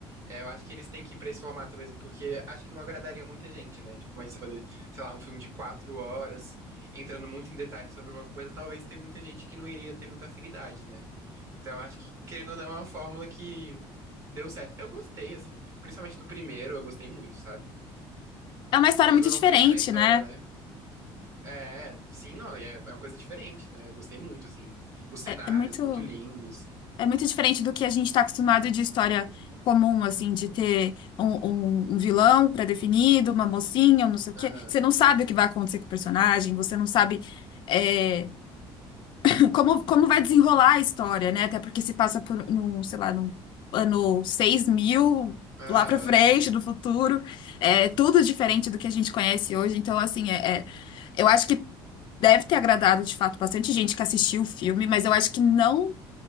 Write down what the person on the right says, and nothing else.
É, eu acho que eles têm que ir pra esse formato mesmo, porque acho que não agradaria muita gente, né? Tipo, imagina você fazer, sei lá, um filme de quatro horas, entrando muito em detalhes sobre uma coisa, talvez tenha muita gente que não iria ter muita afinidade, né? Então, eu acho que, querendo ou não, é uma fórmula que deu certo. Eu gostei, assim, principalmente do primeiro, eu gostei muito, sabe?
Mesmo
eu
não conhecendo a história,
né? É, é, sim, não, e é, é uma coisa diferente, né? Eu gostei muito, assim. Os cenários,
muito lindos.
Aham,
aham,